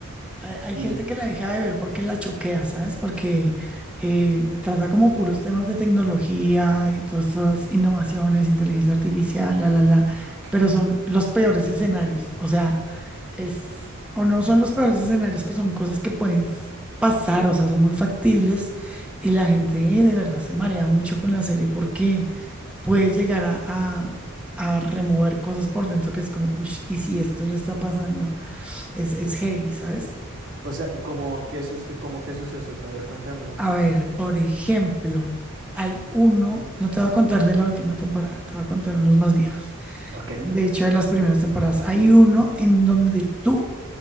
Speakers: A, in the centre; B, on the right.
A: Hay, hay
B: Y,
A: gente
B: de-
A: que la deja de ver porque la choquea, ¿sabes? Porque eh, trata como puros temas de tecnología y todas estas innovaciones, inteligencia artificial, la, la, la,
B: ok,
A: pero son los peores escenarios. O sea, es, o no son los peores escenarios, pero son cosas que pueden s- pasar, o sea, son muy factibles y la gente eh, de verdad se marea mucho con la serie porque... puede llegar a, a- a remover cosas por dentro que es como, uy, y si esto ya está pasando, es, es heavy, ¿sabes?
B: o sea, como qué, sus- como qué sucesos, a ver, cuéntame uno.
A: A ver, por ejemplo, hay uno, no te voy a contar de la última temporada, te voy a contar unos más viejos.
B: Ok,
A: De hecho, de las primeras temporadas, hay uno en donde tú